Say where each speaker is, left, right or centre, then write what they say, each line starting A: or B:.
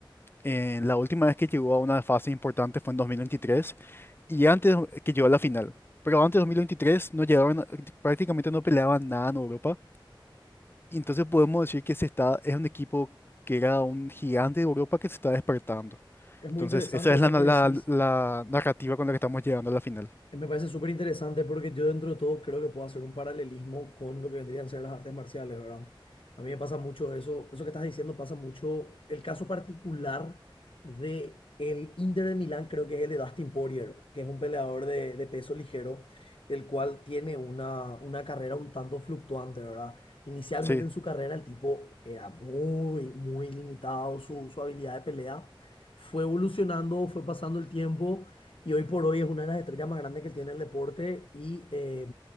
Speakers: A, on the left; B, on the left.
A: eh, la última vez que llegó a una fase importante fue en 2023 y antes que llegó a la final. Pero antes de 2023 no llegaron, a- prácticamente no peleaban nada en Europa. Y entonces podemos decir que se está, es un equipo que era un gigante de Europa que se está despertando.
B: es muy
A: Entonces
B: interesante
A: esa
B: eso
A: es la, la
B: que decís.
A: la narrativa con la que estamos llegando a la final.
B: Me parece súper interesante porque yo dentro de todo creo que puedo hacer un paralelismo con lo que vendrían a ser las artes marciales, ¿verdad? A mí me pasa mucho eso, eso que estás diciendo pasa mucho. El caso particular de el Inter de Milán creo que es el de Dustin Poirier, que es un peleador de, de peso ligero, el cual tiene una, una carrera un tanto fluctuante, ¿verdad? Inicialmente
A: Sí,
B: en su carrera el tipo era muy, muy limitado su, su habilidad de pelea. Fue evolucionando, fue pasando el tiempo y hoy por hoy es una de las estrellas más grandes que tiene el deporte y eh,